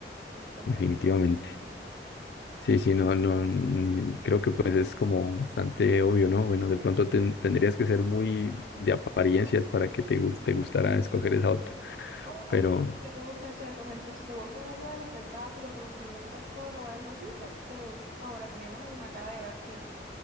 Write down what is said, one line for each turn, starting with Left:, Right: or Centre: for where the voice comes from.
Right: Por
Left: definitivamente.
Right: favor.
Left: Sí, sí, no, no, ni- creo que pues es como bastante obvio, ¿no? Bueno, de pronto ten- tendrías que ser muy de apariencias para que te, gus- te gustara escoger esa otra,
Right: O como
Left: pero
Right: que te gusta hacer, por ejemplo, si te gusta el mundo del espectáculo, te gustaría ser actor o algo así, pues te favorecería más una cara de Brad Pitt.